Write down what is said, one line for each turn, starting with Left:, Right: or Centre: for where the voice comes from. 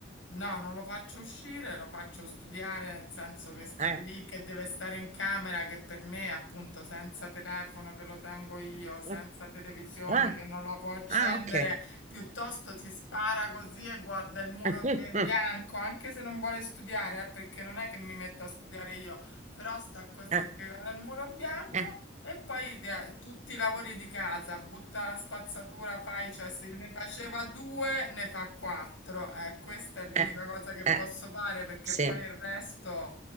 Left: No, non lo faccio uscire, lo faccio studiare, nel senso che sta
Right: Eh.
Left: lì, che deve stare in camera, che per me, appunto, senza telefono che lo tengo io, senza
Right: eh.
Left: televisione
Right: Ah,
Left: che non la può accendere,
Right: ah, ok. Eh,
Left: piuttosto si spara così e guarda il muro
Right: eh,
Left: bi- bianco,
Right: eh,
Left: anche se non vuole studiare, eh, perché non è che mi metto a studiare io, però sta così
Right: eh,
Left: che guarda il muro bianco
Right: eh,
Left: e poi de- tutti i lavori di casa, butta la spazzatura, fai, cioè se ne faceva due, ne fa quattro. Eh, questa è l'unica
Right: eh,
Left: cosa che posso
Right: eh,
Left: fare perché
Right: sì,
Left: poi il resto,